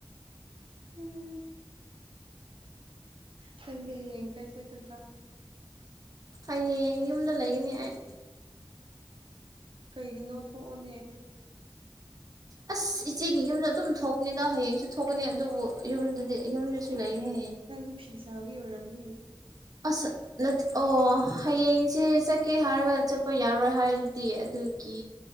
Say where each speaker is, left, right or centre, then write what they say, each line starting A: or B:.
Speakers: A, on the right; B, on the right.
A: ꯑ ꯅꯪꯗꯤ ꯍꯌꯦꯡ ꯀꯥꯏ ꯆꯒꯗ꯭ꯔꯥ
B: ꯍꯌꯦꯡ ꯌꯨꯝꯗ ꯂꯩꯒꯅꯤ ꯑꯩ
A: ꯀꯩꯒꯤꯅꯣ ꯊꯣꯛꯑꯅꯦ
B: ꯑꯁ ꯏꯆꯦꯒꯤ ꯌꯨꯝꯗ ꯑꯗꯨꯝ ꯊꯣꯛꯀꯅꯤꯗ ꯍꯌꯦꯡꯁꯨ ꯊꯣꯛꯀꯅꯤ ꯑꯗꯨꯕꯨ ꯌꯨꯝꯗꯗꯤ ꯌꯨꯝꯗꯁꯨ ꯂꯩꯅꯤ
A: ꯅꯪꯁꯨ ꯐꯤ ꯁꯥꯕꯒꯤ ꯑꯣꯏꯔꯕꯝꯅꯦ
B: ꯑꯁ ꯅ ꯑꯣ ꯍꯌꯦꯡꯁꯦ ꯆꯠꯀꯦ ꯍꯥꯏꯔꯒ ꯆꯠꯄ ꯌꯥꯔꯣꯏ ꯍꯥꯏꯗꯨꯗꯤ ꯑꯗꯨ ꯀ